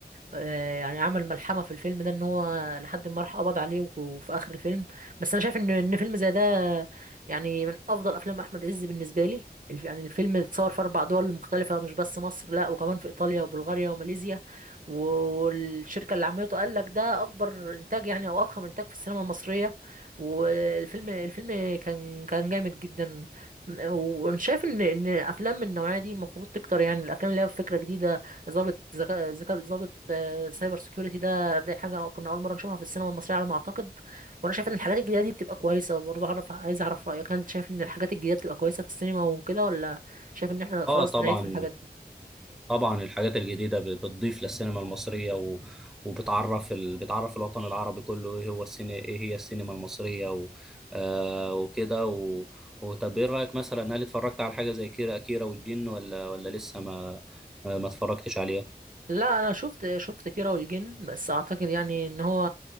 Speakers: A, on the right; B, in the centre.
A: آه، يعني عمل ملحمه في الفيلم ده ان هو لحد ما راح قبض عليه وفي اخر الفيلم بس انا شايف ان ان فيلم زي ده يعني من افضل افلام احمد عز بالنسبه لي الف- يعني الفيلم اتصور في اربع دول مختلفه مش بس مصر لا وكمان في ايطاليا وبلغاريا وماليزيا و- والشركة اللي عملته قال لك ده أكبر إنتاج يعني أو أضخم إنتاج في السينما المصرية والفيلم الفيلم كان كان جامد جدا وانا شايف ان ان افلام من النوعيه دي المفروض تكتر يعني الافلام اللي هي فكره جديده ظابط ذكاء ذكاء ظابط آه، سايبر سيكيورتي ده دي حاجه كنا اول مره نشوفها في السينما المصريه على ما اعتقد وانا شايف ان الحاجات الجديده دي بتبقى كويسه وبرضه اعرف عايز اعرف رايك هل انت شايف ان الحاجات الجديده بتبقى كويسه في السينما وكده ولا شايف ان احنا خلاص
B: اه طبعا
A: نعيد في الحاجات دي
B: طبعا الحاجات الجديدة ب- بتضيف للسينما المصرية و- وبتعرف ال... بتعرف الوطن العربي كله ايه هو السينما ايه هي السينما المصرية و... آه وكده و... وطب ايه رأيك مثلا هل اتفرجت على حاجة زي كيرة كيرة والجن ولا ولا لسه ما ما اتفرجتش عليها؟
A: لا انا شفت شفت كيرة والجن بس اعتقد يعني ان هو